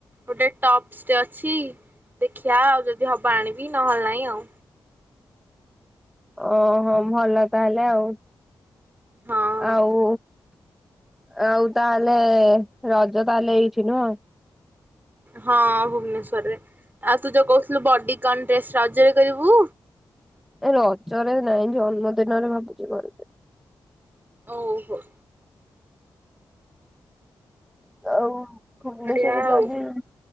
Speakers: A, on the right; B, in the centre.
A: ଗୋଟେ ଟପ୍ସଟେ ଅଛି ଦେଖିବା ଆଉ ଯଦି ହବ ଆଣିବି ନହେଲେ ନହିଁ ଆଉ।
B: ଓହୋ ଭଲ ତାହେଲେ ଆଉ।
A: ହଁ
B: ଆଉ ଆଉ ତାହେଲେ ରଜ ତାହେଲେ ଏଟି ନୁ।
A: ହଁ ଭୁବନେଶ୍ଵରରେ ଆଉ ତୁ ଯଉ କହୁଥିଲୁ ବଡି ଗ ଡଷ୍ଟ ରାଜରେ କରିବୁ।
B: ଏ ରଜରେ ନାଇଁ ଜନ୍ମଦିନରେ ଭାବୁଛି ଘିବେ।
A: ଓହୋ
B: ଆଉ ଭୁବନେଶ୍ଵର
A: ବଢିଆ ଆଉ
B: ତ ଆଜି